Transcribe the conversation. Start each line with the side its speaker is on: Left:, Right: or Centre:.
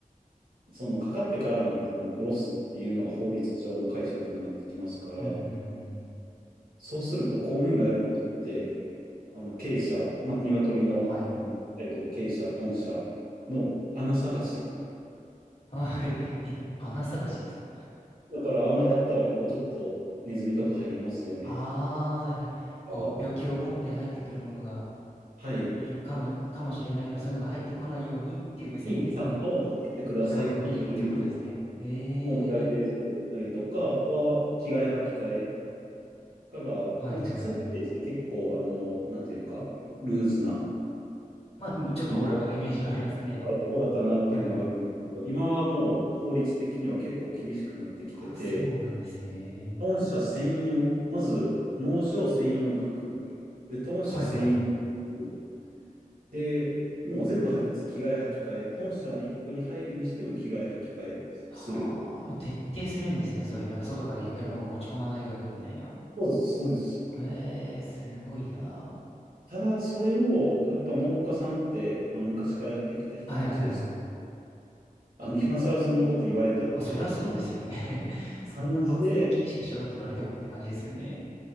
Right: そのかかってからなんてもう殺すっていうのが法律上の解釈になってきますから、
Left: うん、うん、うん、うん
Right: そうすると公務員がやることって、あの、鶏舎、まあ、鶏の、
Left: はい。
Right: あの、鶏舎、豚舎の穴探し。
Left: はい。え、穴探しですか
Right: だから穴があったらここちょっとネズミとか入りますよね
Left: ああー、はいはい。こう、
Right: と
Left: 病気を持って入ってくるものが
Right: か、はい、
Left: いるかの、かもしれないから、そういうのが入ってこないようにっていう目線で、
Right: にちゃんと来てくださいっていう
Left: その、社屋を見るっていうことですね。ええ
Right: のをお願いベースでしたりとか、あとは着替え履き替えだから、
Left: はいはいはい。
Right: まあ、畜産イメージって結構、あの、なんていうか、ルーズな、
Left: まあ、もうちょっとおおらかなイメージはありますね。
Right: あのはい、おおらかなっていうのがあるんですけど、
Left: はいはい。
Right: 今はもう法律的には結構厳しくなってきてて、
Left: あ、そうなんですね。
Right: 豚舎専用、まず農場専用の服、で、豚舎専用服、
Left: はいはいはい。
Right: で、もう全部はき着替え履き替え、豚舎1個に入るにしても着替え履き替えする。
Left: はあ、もう徹底するんですね。そういう、なんか外から余計なもの持ち込まないようにみたいな。
Right: そうです、そうです。
Left: へえ、すごいな。
Right: ただ、それを、やっぱ農家さんって、あの、昔からやってきた人たちです。
Left: はいはいはい。
Right: あの、今更そんなこと言われたってっていう
Left: まあ、そりゃそうですよね。<laughs> そんな突然厳しくしろって言われてもって感じですよね。
Right: 感じで、